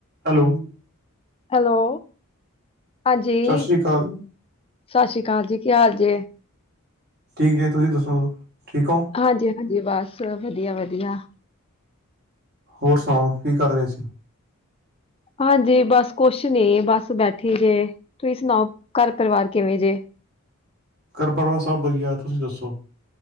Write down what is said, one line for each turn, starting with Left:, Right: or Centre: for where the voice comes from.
Right: ਹੈਲੋ।
Left: ਹੈਲੋ। ਹਾਂਜੀ,
Right: ਸਤਿ ਸ੍ਰੀ ਅਕਾਲ।
Left: ਸਤਿ ਸ਼੍ਰੀ ਅਕਾਲ ਜੀ ਕੀ ਹਾਲ ਜੇ
Right: ਠੀਕ ਜੀ ਤੁਸੀਂ ਦੱਸੋ ਠੀਕ ਹੋ
Left: ਹਾਂਜੀ, ਹਾਂਜੀ ਬਸ ਵਧੀਆ, ਵਧੀਆ ਵਧੀਆ
Right: ਹੋਰ ਸੁਣਾਓ ਕੀ ਕਰ ਰਹੇ ਸੀ।
Left: ਹਾਂਜੀ ਬਸ ਕੁਛ ਨੇ ਬਸ ਬੈਠੀ ਜੇ ਤੁਸੀਂ ਸੁਣਾਓ ਘਰ ਪਰਿਵਾਰ ਕਿਵੇਂ ਜੇ
Right: ਘਰ ਪਰਿਵਾਰ ਸਭ ਵਧੀਆ ਤੁਸੀਂ ਦੱਸੋ